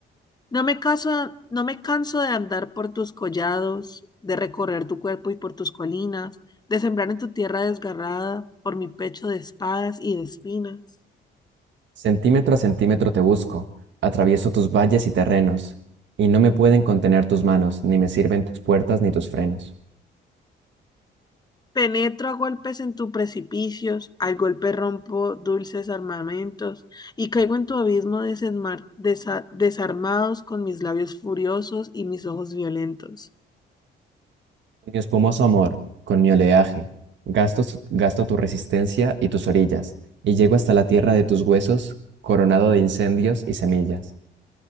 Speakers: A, on the left; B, on the right.
A: no me caso, no me canso de andar por tus collados, de recorrer tu cuerpo y por tus colinas, de sembrar en tu tierra desgarrada, por mi pecho de espadas y de espinas.
B: Centímetro a centímetro te busco, atravieso tus valles y terrenos, y no me pueden contener tus manos, ni me sirven tus puertas ni tus frenos.
A: Penetro a golpes en tus precipicios, al golpe rompo dulces armamentos, y caigo en tu abismo desenmar- desa- desarmados con mis labios furiosos y mis ojos violentos.
B: Con mi espumoso amor, con mi oleaje, gasto, gasto tu resistencia y tus orillas, y llego hasta la tierra de tus huesos, coronado de incendios y semillas.